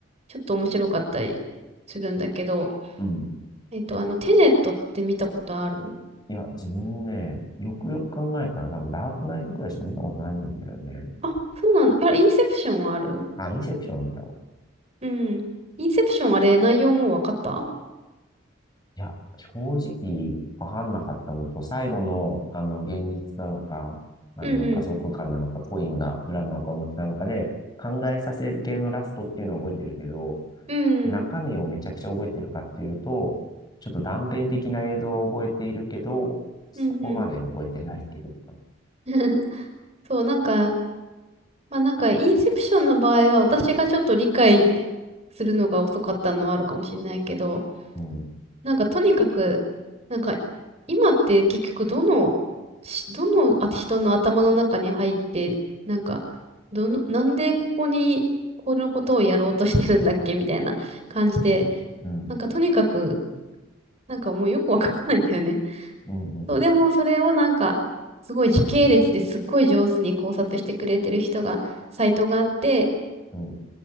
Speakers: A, on the right; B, on the left.
A: ちょっと面白かったりするんだけど、
B: うん。
A: えっと、あの、テネットって見たことある
B: いや、自分ね、よくよく考えたら多分ダークナイトくらいしか見たことないんだよね。
A: あ、そうなんだ。いや、インセプションはある
B: あ、インセプション見たわ。
A: うん。インセプションあれ、内容もうわかった
B: いや正直分んなかったのと最後のあの現実なのかあの加速感なのかコインが裏なのか表なのかで考えさせる系のラストっていうのを覚えてるけど
A: うんうん。うんうん。
B: 中身をめちゃくちゃ覚えてるかっていうとちょっと断片的な映像を覚えているけどそこまで覚えてないっていうか
A: うんうん。<laughs> そう、なんか、まあなんか、インセプションの場合は、私がちょっと理解するのが遅かったのはあるかもしれないけど、
B: うん
A: なんか、とにかく、なんか、今って結局、どの、しどのあ人の頭の中に入って、なんか、どの、なんでここに、このことをやろうとしてるんだっけみたいな感じで、
B: うん
A: なんかとにかくなんかもうよくわからないんだよね。
B: うんうん
A: そう、でもそれをなんか、すごい時系列ですっごい上手に考察してくれてる人が、サイトがあって、
B: うん